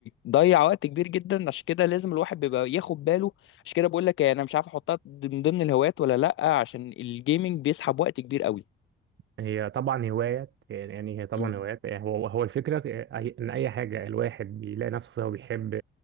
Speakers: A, on the left; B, on the right.
A: بتضيع وقت كبير جدا عشان كده لازم الواحد بيبقى ياخد باله عشان كده بقول لك إيه، انا مش عارف احطها من ضمن الهوايات ولا لا عشان الجيمنج بيسحب وقت كبير قوي
B: هي طبعا هوايات يعني هي طبعا
A: مم.
B: هوايات يعني هو هو الفكرة أي- إن أي حاجة الواحد بيلاقي نفسه فيها وبيحب